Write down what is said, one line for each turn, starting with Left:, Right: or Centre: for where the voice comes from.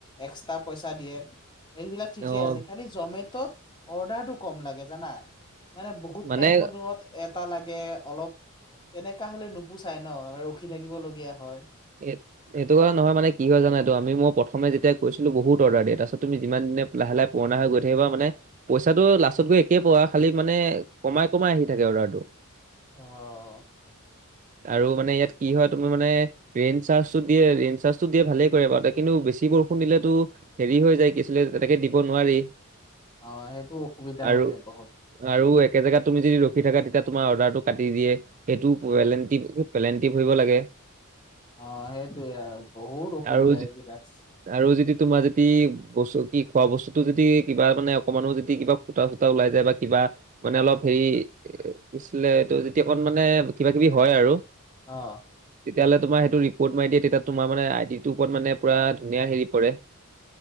Left: এক্সট্ৰা পইচা দিয়ে। সেইবিলাক ঠিকে
Right: অ'
Left: আছে খালি জমেটত অৰ্ডাৰটো কম লাগে জানা। মানে বহুত
Right: মানে
Left: টাইমত দূৰত এটা- এটা লাগে অলপ তেনেকা হ'লে নোপোচাই ন ৰখি থাকিবলগীয়া হয়।
Right: এ এইটো কথা নহয় মানে কি হয় জানা এইটো আমি মই প্ৰথম যেতিয়া কৰিছিলোঁ বহুত অৰ্ডাৰ দিয়ে। তাৰপিছত তুমি যিমান- লাহে লাহে পুৰণা হৈ গৈ থাকিবা মানে পইচাটো লাষ্টত গৈ একে পোৱা খালি মানে কমাই কমাই আহি থাকে। থাকে অৰ্ডাৰ টো।
Left: অহঁ।
Right: আৰু মানে ইয়াত কি হয় তোমাৰ মানে- ৰেইন চাৰ্জটো দিয়ে ৰেইন চাৰ্জটো দিয়ে ভালেই কৰে বাৰু কিন্তু বেছি বৰষুণ দিলেতো হেৰি হৈ যায় কি হৈছিলে- তেনেকে দিব নোৱাৰি।
Left: অঁ সেইটো অসুবিধা
Right: আৰু
Left: হৈ যাব।
Right: আৰু একে জেগাত তুমি যদি ৰখি থাকা তেতিয়া তোমাৰ অৰ্ডাৰটো কাটি দিয়ে সেইটো পেলেণ্টি পেলেণ্টি ভৰিব লাগে। <unintelligible>
Left: অ সেইটোয়ে আৰু বহুত অসুবিধা
Right: আৰু
Left: এইবিলাক
Right: আৰু যদি তোমাৰ যদি-। বস্তু কি খোৱা বস্তুটো যদি কিবা মানে অকণমানো যদি কিবা ফুটা চুটা ওলাই যায় বা কিবা মানে অলপ-। হেৰি এ কিছিলে যেতিয়া অকণ মানে কিবা কিবি হয় আৰু-।
Left: অঁ।
Right: তেতিয়াহ'লে তোমাৰ সেইটো ৰিপৰ্ট মাৰি দিয়ে। তেতিয়া তোমাৰ মানে আই ডিটোৰ ওপৰত মানে পোৰা ধুনীয়া হেৰি পৰে।